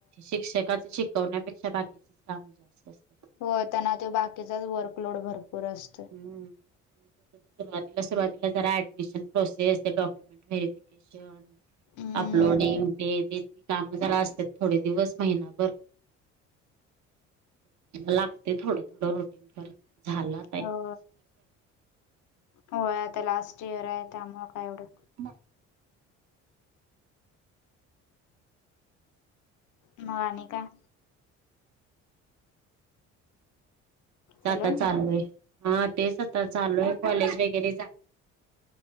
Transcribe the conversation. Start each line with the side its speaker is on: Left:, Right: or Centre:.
Right: शिक्षकाच शिकवण्यापेक्षा बाकीचेच काम जास्त असतात.
Left: होय त्याना ते बाकीचाच वर्कलोड भरपूर असतो.
Right: हम्म. सुरुवातीला सुरुवातीला जरा ऍडमिशन प्रोसेस डॉक्युमेंट व्हेरिफिकेशन.
Left: हम्म
Right: अपलोडिंग ते ते काम जरा असतात थोडे दिवस महिना बर लागते थोड थोड रुटीन कर झाला.
Left: हो होय आता लास्ट इयर आहे त्यामुळे काय एवढं.
Right: म
Left: मग आणि काय.
Right: आ
Left: हॅलो
Right: आता चालू आहे. हा तेच आता चालू आहे कॉलेज वगैरे जा